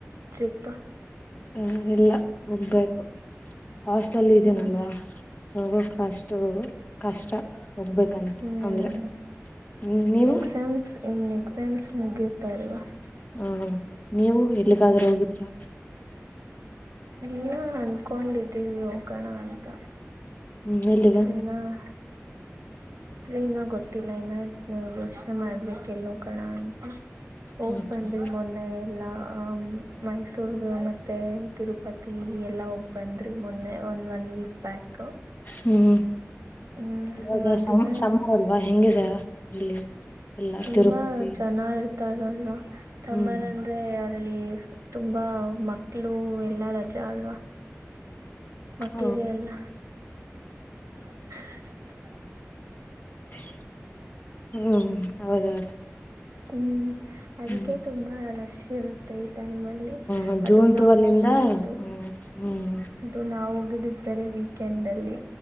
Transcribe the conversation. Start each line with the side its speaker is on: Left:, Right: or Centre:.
Right: ಟ್ರಿಪ್
Left: ಹ್ಮ ಇಲ್ಲ ಹೋಗ್ ಬೇಕು ಹಾಸ್ಟೆಲ್ ಇದ್ದೀನಲ್ವಾ
Right: ಹ್ಮ್
Left: ಹೋಗೋಕ್ ಅಷ್ಟು ಕಷ್ಟ ಹೋಗ್ಬೇಕಂತ
Right: ಹ್ಮ್
Left: ಅಂದ್ರೆ ಹ್ಮ ನೀವು
Right: ಎಕ್ಸಾಮ್ಸ್ ಇನ್ ಎಕ್ಸಾಮ್ಸ್ ಮುಗಿಯುತ್ತಾ ಅಲ್ವಾ <inaudible>
Left: ಹ ನೀವು ಎಲ್ಲಿಗಾದ್ರೂ ಹೋಗಿದ್ರಾ
Right: <inaudible> ಅನ್ಕೊಂಡಿದ್ದೀವಿ ಹೋಗೋಣ ಅಂತ
Left: ಹ್ಮ್ ಎಲ್ಲಿಗ
Right: ಇನ್ನ ಅದೇ ಇನ್ನ ಗೊತ್ತಿಲ್ಲ ಇನ್ನ ಯೋಚನೆ ಮಾಡ್ಬೇಕ ಎಲ್ ಹೋಗೋಣ ಅಂತ ಹೋಗ್
Left: ಹೌದಾ
Right: ಬಂದ್ರಿ ಮೊನ್ನೆ ಎಲ್ಲಾ ಹಹ ಸುಳ್ಗ ಮತ್ತೆ ತಿರು ಪಕ್ಕಿ ಎಲ್ಲಾ ಬಂದ್ರಿ ಮೊನ್ನೆ ಒಂದ್ ಒನ್ ವೀಕ್ ಬ್ಯಾಕ್
Left: ಹ್ಮ್
Right: ಹ್ಮ್
Left: ಇವಾಗ
Right: ಇವಾಗಿನ
Left: ಸಮ್ ಸಮ್ಮರ್ ಅಲ್ವಾ ಹೆಂಗಿದೆ ಅಲ್ಲಿ ಎಲ್ಲಾ
Right: ತುಂಬಾ
Left: ತಿರುಪತಿ
Right: ಜನ ಇರ್ತಾರ <inaudible> ಸೋಮವಾರ
Left: ಹ್ಮ್
Right: ಅಂದ್ರೆ ಅಲ್ಲಿ ತುಂಬಾ ಮಕ್ಕಳು ಎಲ್ಲಾ ರಜಾ ಅಲ್ವಾ ಮಕ್ಳಿಗೆ
Left: ಹ
Right: ಎಲ್ಲ <inaudible>
Left: <inaudible> ಹ್ಮ್ ಹೌದೌದು
Right: ಹ್ಮ್ ಅದಕ್ಕೆ
Left: ಹ್ಮ್
Right: ತುಂಬಾ ರಷ್ಟ ಸಿರುತೆೈ ಟೈಮಲ್ಲಿ
Left: ಹ
Right: ಅದು
Left: ಜೂನ್
Right: ನಾವು
Left: ಟುವೆಲ್
Right: ಹೋಗಿದ್ದುದ್ದು
Left: ಇಂದ ಹ್ಮ್ ಹ್ಮ್
Right: ದು ನಾವು ಗುಡುಗ್ ತಾರೆ ವೀಕೆಂಡ್ ಅಲ್ಲಿ